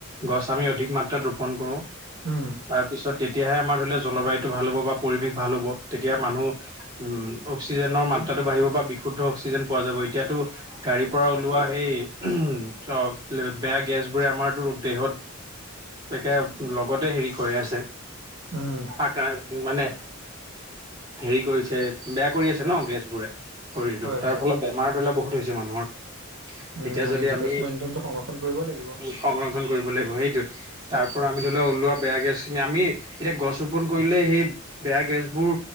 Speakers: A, on the right (about 20°); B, on the right (about 55°).
A: গছ আমি অধিক মাত্ৰাত ৰোপণ কৰোঁ।
B: উম,
A: তাৰপিছত তেতিয়াহে আমাৰ ধৰি লও জলবায়ুতটো ভাল হ'ব বা পৰিৱেশ ভাল হ'ব, তেতিয়া মানুহ। উম্, অক্সিজেনৰ মাত্ৰাটো বাঢ়িব বা বিশুদ্ধ অক্সিজেন পোৱা যাব। এতিয়াতো গাড়ীৰ পৰা ওলোৱা সেই বেয়া গেছবোৰে আমাৰতো দেহত একে লগতে হেৰি কৰি আছে।
B: উম্।
A: আকৰা মানে হেৰি কৰিছে। বেয়া কৰি আছে ন, গেছবোৰে শৰীৰটোৰ।
B: হয়,
A: তাৰ
B: হয়,
A: ফলত বেমাৰ ধৰিলোৱা বহুত হৈছে মানুহৰ।
B: উম,
A: এতিয়া যদি
B: জীৱাশ্ম
A: আমি,
B: ইন্ধনটো সংৰক্ষণ কৰিব লাগিব।
A: সংৰক্ষণ কৰিব লাগিব। সেইটো। তাৰ পৰা আমি ধৰি লোৱা ওলোৱা বেয়া গেছ খিনি, আমি এতিয়া গছ ৰোপন কৰিলে সেই বেয়া গেছবোৰ,